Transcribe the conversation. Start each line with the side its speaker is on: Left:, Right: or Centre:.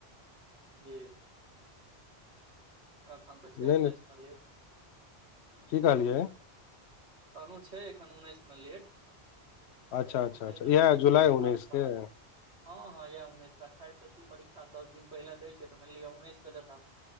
Right: जी अखन तऽ छै
Left: नहि
Right: उन्नैस
Left: नहि
Right: मे लेट
Left: की कहलियै
Right: कहलहुँ छै एखन उन्नैस मे लेट
Left: अच्छा
Right: जब
Left: अच्छा
Right: उड़तै
Left: अच्छा
Right: <unintelligible> है तऽ
Left: इएह
Right: उनैस
Left: जुलाई
Right: के तऽ
Left: उन्नैस
Right: आब पता
Left: के हूँ
Right: चल हँ हँ यएह उन्नैस के अठाइस के छी परीक्षा दस दिन पहिले दै छै तऽ मानि लिअ उन्नैस क देता